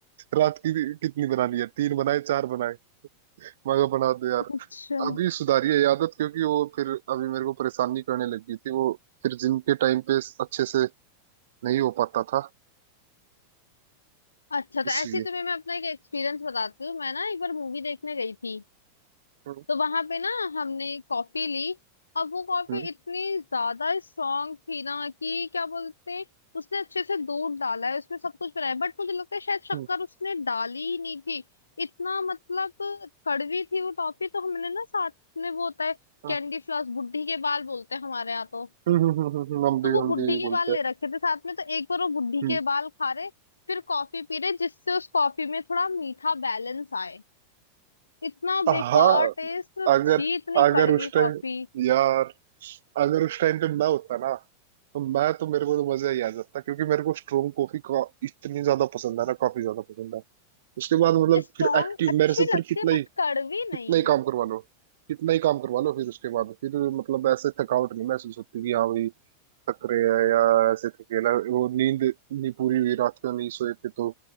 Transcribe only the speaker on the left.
अच्छा
अच्छा तो
ऐसे ही तुम्हें मैं अपना एक एक्सपीरियंस बताती हूँ मैं ना एक बार मूवी देखने गई थी
तो वहां पे ना हमने कॉफी ली अब वो कॉफी
इतनी ज्यादा स्ट्रांग थी ना कि क्या बोलते हैं उसने अच्छे से दूध डाला है उसमें सब कुछ बनाया बट मुझे लगता है शायद शक्कर
उसने डाली ही नहीं थी इतना मतलब कड़वी थी वो टॉफी तो हमने ना साथ में वो होता है
कैंडी फ्लॉस बुढ़ी के बाल बोलते हैं हमारे यहाँ तो
तो
वो
बुढ़ी
के
बाल
ले रखे थे साथ में तो एक बार वो बुढ़ी
के बाल खा रहे फिर कॉफी पी रहे जिससे उस कॉफी में थोड़ा मीठा बैलेंस आए इतना
बेकार टेस्ट
छी इतनी
कड़वी
कॉफी
स्ट्रॉन्ग
अच्छी
लगती
है
बट कड़वी नहीं